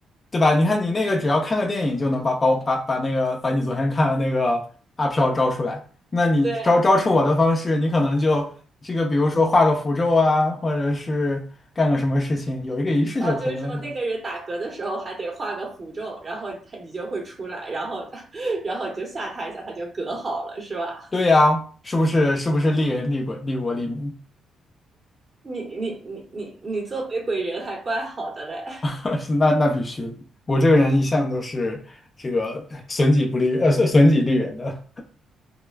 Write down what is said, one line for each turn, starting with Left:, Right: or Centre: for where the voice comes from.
Left: 对吧？你看你那个，只要看个电影就能把把我把把那个把你昨天看的那个阿飘招出来。那你招招出我的方式，
Right: 对，呃
Left: 你可能就这个，比如说画个符咒啊，或者是干个什么事情，有一个仪式就可以了嘛。
Right: 哦，就是说那个人打嗝的时候还得画个符咒，然后他你就会出来，然后 <laughs> 然后你就吓他一下，他就嗝好了，是吧？
Left: 对呀，是不是？是不是利人利鬼利国利民？
Right: 你你你你你作为鬼人还怪好的嘞，
Left: <laughs> 那那必须的我这个人一向都是这个损己不利，呃，损损己利人的。